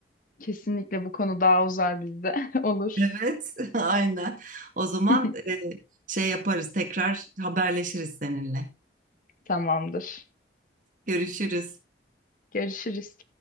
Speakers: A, on the left (about 45°); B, on the right (about 45°).
A: Kesinlikle bu konu daha uzar bizde. <laughs> Olur.
B: Evet, <laughs> aynen. O zaman
A: <laughs>
B: e, şey yaparız tekrar haberleşiriz seninle.
A: Tamamdır.
B: Görüşürüz.
A: Görüşürüz.